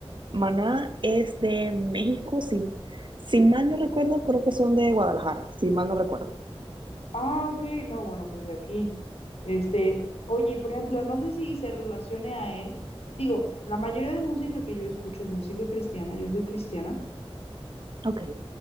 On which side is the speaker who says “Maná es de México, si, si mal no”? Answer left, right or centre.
Right